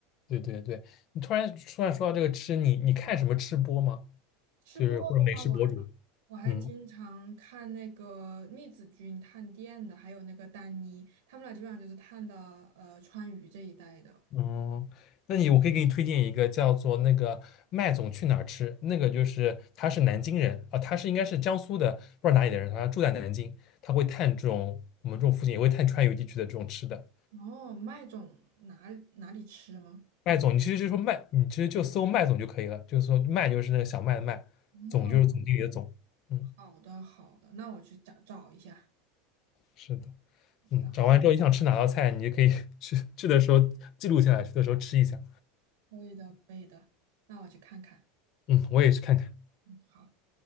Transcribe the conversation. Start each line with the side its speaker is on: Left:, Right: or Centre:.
Left: 对对对，你突然突然说到这个吃，你你看什么吃播吗？
Right: 吃不过都花完。
Left: 就是或者美食博主？
Right: 我还经常看那个密子君探店的，
Left: 嗯。
Right: 还有那个丹妮，他们俩基本上就是探的呃川渝这一带的。
Left: 嗯，那你我可以给你推荐一个叫做那个麦总去哪儿吃，那个就是他是南京人啊，他是应该是江苏的，不知道哪里的人，他住在南京，他会探这种我们这种附近也会探川渝地区的这种吃的。
Right: 哦，麦总哪哪里吃吗？
Left: 麦总，你其实就说麦，你其实就搜麦总就可以了，就是说麦就是那个小麦的麦，总就是总经理的总。
Right: 哦，
Left: 嗯，
Right: 好的好的，那我去找找一下。
Left: 是的，
Right: 好的好，
Left: 嗯，找完之后你想吃哪道菜，你就可以 <laughs> 去去的时候记录下来，去的时候吃一下。
Right: 可以的可以的，那我去看看。
Left: 嗯，我也去看看。
Right: 好。